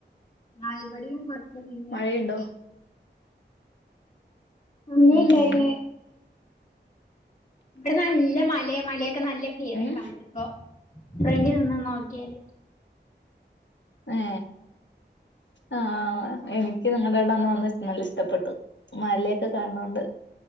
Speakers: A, on the left; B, on the left.
A: ആ ഇവിടെയും കൊർച്ച് മുന്നേ
B: മഴയുണ്ടോ
A: ഇണ്ടായ്നു അങ്ങെനെ
B: ഉം
A: ഇണ്ടായിര്ന്ന് ഇവിടെ നല്ല മല മലക്കെ നല്ല ക്ലിയറായി
B: ഉം
A: കാണണ്ട് ഇപ്പോ ഫ്രണ്ട് നിന്ന് നോക്കിയാല്
B: ഏ ആഹ് എനിക്ക് നിങ്ങൾടെ അവിടെ അന്ന് വന്ന് നല്ല ഇഷ്ടപ്പെട്ടു മലയൊക്കെ കാൺണോണ്ട്